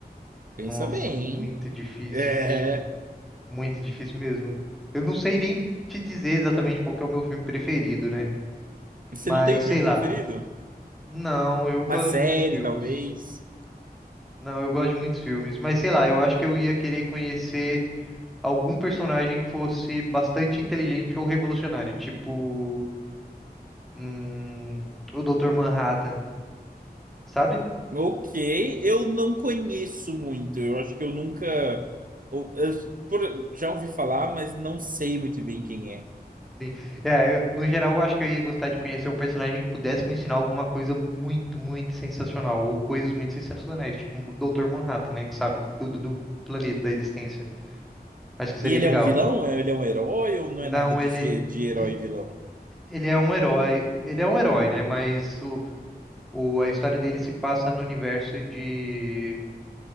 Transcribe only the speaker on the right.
Pensa
bem, hein?
É.
Você
não tem um filme
preferido?
Uma
série,
talvez?
Ok, eu não conheço muito. Eu acho que eu nunca. Eu, eu- por- já ouvi falar, mas não sei muito bem quem é.
E
ele
é um vilão? É- Ele é um herói ou não
é nada disso
de, de herói
e vilão?